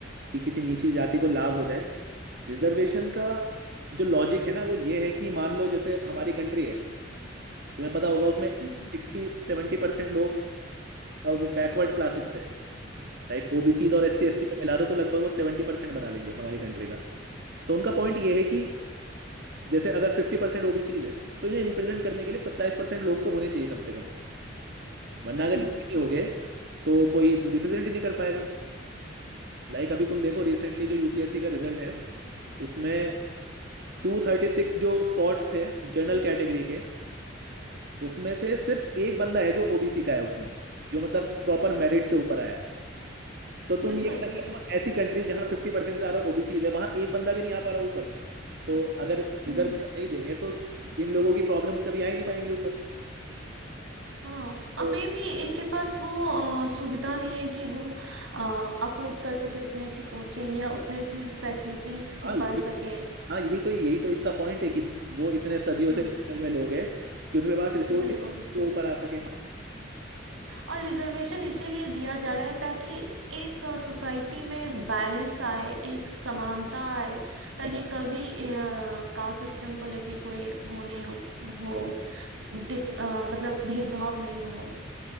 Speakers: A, on the right (about 55°); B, on the right (about 90°).
A: कि किसी नीची जाति को लाभ हो जाए रिजर्वेशन का जो लॉजिक है ना वो ये है कि मान लो जैसे हमारी कंट्री है तुम्हें पता होगा उसमें
B: हम्म
A: सिक्सटी सेवेंटी परसेंट लोग अ, वो बैकवर्ड क्लासेस से है लाइक ओबीसी और एससी एसटी को मिला दो तो लगभग वो सेवेंटी परसेंट बना लेंगे हमारी कंट्री का तो उनका पॉइंट ये है कि जैसे अगर फिफ्टी परसेंट ओबीसीज है तो इन्हें रिप्रेजेंट करने के लिए सत्ताईस परसेंट लोग तो होने चाहिए कम से कम वरना
B: हम्म,
A: अगर ये नहीं हो गए तो कोई रिप्रेजेंट ही नहीं कर पाएगा लाइक like अभी तुम देखो रिसेंटली जो यूपीएससी का रिजल्ट है उसमें टू थर्टी सिक्स जो स्पॉट्स थे जनरल कैटेगरी के उसमें से सिर्फ एक बंदा है जो ओबीसी का है उसमें जो मतलब प्रॉपर मेरिट से ऊपर आया है तो तुम
B: बिल्कुल
A: ये कहना चाह
B: बिल्कुल
A: रहे हो "हाँ, ऐसी कंट्री जहाँ फिफ्टी परसेंट से ज्यादा ओबीसी है वहां एक बंदा भी नहीं आ पा रहा ऊपर तो अगर रिजर्वेशन
B: हम्म
A: नहीं देंगे तो इन लोगों की प्रॉब्लम्स कभी आ ही नहीं पाएंगी ऊपर
B: हाँ और
A: तो
B: मे भी इनके पास वो अ, सुविधा नहीं है कि वो अफोर्ड कर सके उतने अच्छी कोचिंग या उतने अच्छी फैसिलिटीज की
A: हाँ ये
B: पढ़
A: भी नहीं
B: सके
A: हाँ यही तो यही तो इसका पॉइंट है कि वो इतने सदियों
B: हम्म,
A: से पिछड़े हुए लोग हैं कि उनके पास रिसोर्स
B: बिल्कुल
A: ही नहीं है कि वो ऊपर आ सके
B: और रिजर्वेशन इसीलिए दिया जा रहा है ताकि एक सोसाइटी में बैलेंस आए एक समानता आए ताकि
A: हमारे
B: कभी कास्ट सिस्टम को लेके कोई वो नहीं हो हो डिफ, अ, मतलब भेदभाव नहीं हो